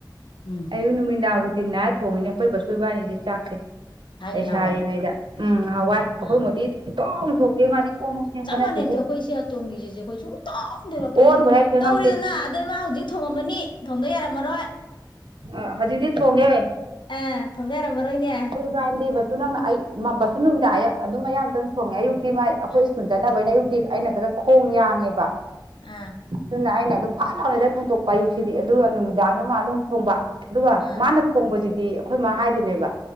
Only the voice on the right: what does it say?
ꯑꯌꯨꯛ ꯅꯨꯃꯤꯗꯥꯡ ꯔꯨꯇꯤꯟ ꯅꯥꯏꯔꯒ ꯊꯣꯡꯉꯤꯅꯦ ꯑꯈꯣꯏ ꯕꯁꯨ ꯢꯕꯥꯅꯤꯒꯤꯁꯦ ꯆꯥꯛꯁꯦ
ꯂꯩꯩꯁꯥꯔꯤꯉꯩꯗ
ꯎꯝ ꯉꯥꯍꯥꯟꯋꯥꯏ ꯑꯩꯈꯣꯏ
ꯃꯣꯇꯤꯗꯤ ꯁꯨꯛꯊꫭꯡ ꯊꯣꯡꯗꯦ ꯃꯥꯗꯤ ꯀꯣꯟꯕꯨ ꯐꯦꯡꯕ
ꯅꯠꯇꯦꯍꯦ
ꯀꯣꯟꯕꯨ ꯍꯦꯛ ꯐꯦꯡꯉꯛꯇꯦ
ꯑ ꯍꯧꯖꯤꯗꯤ ꯊ ꯍꯣꯡꯉꯦ
ꯀꯗꯤ ꯕꯁꯨ ꯅꯪꯅ ꯑꯩ ꯕꯥꯁꯨ ꯅꯨꯃꯤꯗꯥ ꯍꯥꯏ ꯑꯗꯨꯝ ꯑꯌꯥꯝꯇꯪ ꯁꯣꯡꯉꯦ ꯑꯨꯛ ꯇꯤ ꯃꯥꯏ ꯑꯈꯣꯏ
ꯁ꯭ꯀꯨꯜ ꯆꯠꯅꯕꯩꯅ ꯑꯌꯨꯛꯇꯤ ꯑꯩꯅ ꯈꯔ ꯈꯣꯡ ꯌꯥꯡꯉꯦꯕ
ꯑꯗꯨꯅ ꯑꯩꯅ ꯑꯗꯨꯝ ꯐꯅꯕꯩꯗ ꯊꯣꯡꯗꯣꯛꯄ ꯑꯌꯨꯛꯁꯤꯗꯤ ꯑꯗꯨꯒ ꯅꯨꯃꯤꯗꯥꯡꯗ ꯃꯥ ꯑꯗꯨꯝ ꯊꯣꯡꯕ ꯑꯗꯨꯒ
ꯃꯥꯅ ꯊꯣꯡꯕꯁꯤꯗꯤ ꯑꯩꯈꯣꯏ ꯃꯥ ꯍꯥꯏꯗꫭꯅꯦꯕ